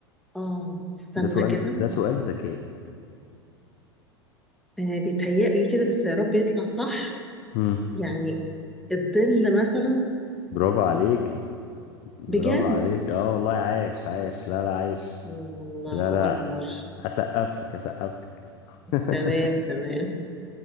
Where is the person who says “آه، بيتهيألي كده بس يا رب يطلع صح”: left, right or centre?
Centre